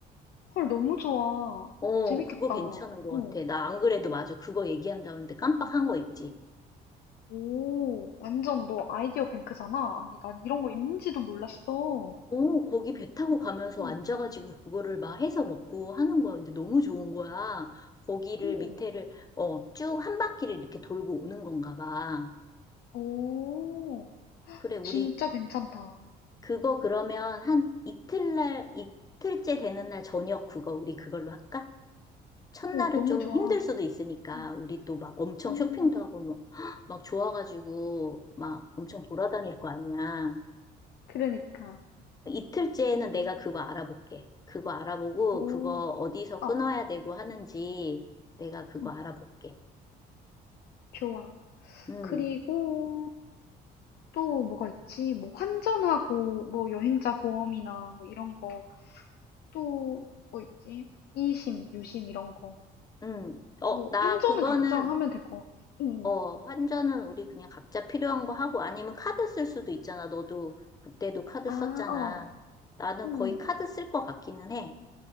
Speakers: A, on the left (about 65°); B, on the left (about 20°).
A: 헐, 너무 좋아.
B: 어,
A: 재밌겠다.
B: 그거 괜찮은
A: 어.
B: 것 같아. 나 안 그래도 맞아. 그거 얘기한다는데 깜빡한
A: 응.
B: 거 있지.
A: 오, 완전 너 아이디어 뱅크잖아? 아니, 난 이런 거 있는지도 몰랐어.
B: 어, 거기 배 타고
A: 음,
B: 가면서
A: 음,
B: 앉아가지고 그거를 막 해서 먹고 하는 거야. 근데 너무 좋은 거야. 거기를
A: 음.
B: 밑에를, 어, 쭉 한 바퀴를 이렇게 돌고 오는 건가 봐.
A: 오,
B: 그래, 우리
A: 진짜 괜찮다. 어,
B: 그거 그러면 한 이틀날, 이틀째 되는 날 저녁 그거 우리 그걸로 할까? 첫날은
A: 너무
B: 좀
A: 좋아.
B: 힘들 수도 있으니까
A: 음,
B: 우리 또 막 엄청
A: 음,
B: 쇼핑도 하고 막, 막 좋아가지고 막 엄청 돌아다닐 거 아니야.
A: 그러니까.
B: 이틀째에는 내가 그거 알아볼게. 그거 알아보고
A: 오,
B: 그거 어디서
A: 어,
B: 끊어야 되고 하는지 내가 그거
A: 음,
B: 알아볼게.
A: 좋아.
B: 음,
A: 그리고 또 뭐가 있지? 뭐 환전하고, 뭐 여행자 보험이나 뭐 이런 거, 또 뭐 있지? 이심, 유심 이런 거.
B: 음. 어,
A: 뭐
B: 나
A: 환전은
B: 그거는
A: 각자 하면 될 것 같고. 응
B: 어, 환전은 우리 그냥 각자 필요한 거 하고 아니면 카드 쓸 수도 있잖아. 너도 그때도 카드
A: 아,
B: 썼잖아.
A: 어.
B: 나는
A: 응.
B: 거의 카드 쓸 것 같기는 해.